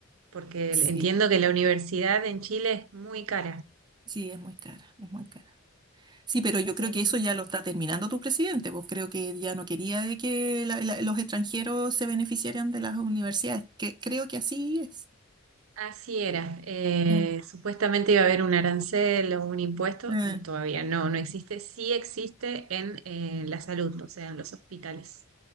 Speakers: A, on the right; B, on the right.
A: porque
B: Sí,
A: entiendo que la universidad en Chile es muy cara.
B: sí, es muy cara, es muy cara. Sí, pero
A: Entonces
B: yo creo
A: hay...
B: que eso ya lo está terminando tu presidente, pues creo que ya no quería de que la- la- los extranjeros se beneficiaran de las universidades, que creo que así es.
A: Así era. eh,
B: Mm,
A: supuestamente iba a haber un arancel o un impuesto.
B: mm,
A: Todavía no, no existe. Sí existe en eh, la salud, o sea, en los hospitales.